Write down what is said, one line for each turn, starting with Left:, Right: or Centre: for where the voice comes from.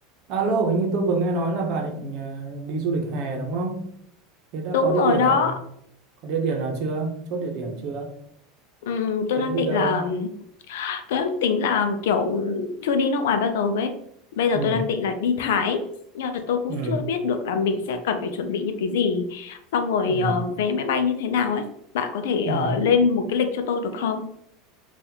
Right: Alo, hình như tôi vừa nghe nói là bà định à, đi du lịch hè đúng không? Thế đã
Left: Đúng
Right: có địa
Left: rồi
Right: điểm
Left: đó.
Right: nào có địa điểm nào chưa? Chốt địa điểm chưa?
Left: Ừm, tôi
Right: Tính
Left: đang
Right: đi
Left: định
Right: đâu?
Left: là tôi đang tính là kiểu chưa đi nước ngoài bao giờ ấy. Bây giờ
Right: Ừ,
Left: tôi đang định là đi Thái nhưng mà tôi cũng
Right: ừ,
Left: chưa biết được là mình sẽ cần phải chuẩn bị những cái gì xong rồi
Right: ừ,
Left: ờ, vé máy bay như thế nào ấy. Bạn có thể
Right: ừ.
Left: ờ, lên một cái lịch cho tôi được không?